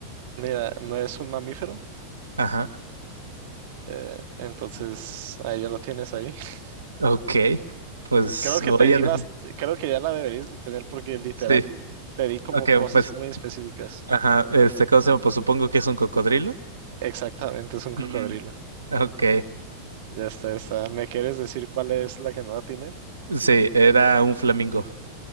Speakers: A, on the right; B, on the right.
A: mira, no es un mamífero,
B: Ajá.
A: eh, entonces ahí ya lo tienes ahí. <laughs>
B: Ok. Pues
A: Creo que
B: voy
A: te di
B: a decir.
A: bast- creo que ya la deberías de tener porque literal
B: Sí.
A: te di como
B: Ok,
A: cosas
B: pues.
A: muy específicas.
B: Ajá. Este, ¿cómo se llama? Pues supongo que es un cocodrilo.
A: Exactamente, es un cocodrilo.
B: Ujú. Ok.
A: Ya está, ya está. ¿Me quieres decir cuál es la que no la tienes?
B: Sí, era un flamingo.